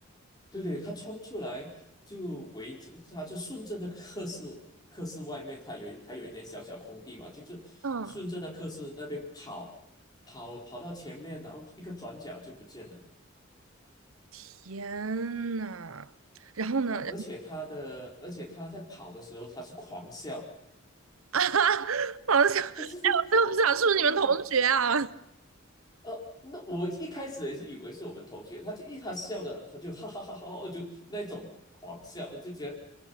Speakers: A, on the left; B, on the right.
A: 对对，他冲出来就围着，他就顺着那个课室，课室外面他有一还有一点小小空地嘛，就是顺着那课室那边跑，
B: 嗯，
A: 跑跑到前面，然后一个转角就不见了。
B: 天呐，然后呢？
A: 呃而且他的，而且他在跑的时候，他是狂笑，
B: 啊，<laughs> 好像，
A: <laughs>
B: 哎，我就想是不是你们同学啊？
A: 对对，呃，那我一开始也是以为是我们同学，他就一他笑的，他就哈哈哈哈哈，就那种狂笑，我就觉得，